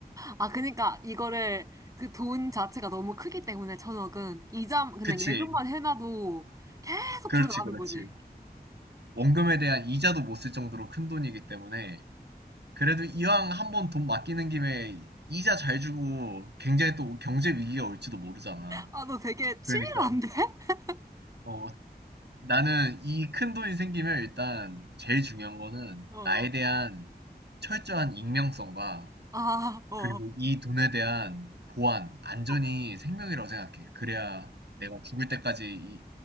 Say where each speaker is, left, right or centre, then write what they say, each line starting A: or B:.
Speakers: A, on the right; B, on the right.
A: 아, 그러니까 이거를 그 돈 자체가 너무 크기 때문에 천억은 이자 그냥
B: 그치.
A: 예금만 해놔도 계속
B: 그렇지,
A: 불어나는
B: 그렇지.
A: 거지.
B: 원금에 대한 이자도 못 쓸 정도로 큰 돈이기 때문에 그래도 이왕 한번 돈 맡기는 김에 이자 잘 주고 굉장히 또 경제 위기가 올지도 모르잖아.
A: 아, 너 되게 치밀한데?
B: 그러니까
A: <laughs>
B: 어 나는 이 큰 돈이 생기면 일단 제일 중요한 거는
A: 어,
B: 나에 대한 철저한 익명성과
A: 아, 어.
B: 그리고 이 돈에 대한 보안, 안전이
A: 어.
B: 생명이라고 생각해. 그래야 내가 죽을 때까지 이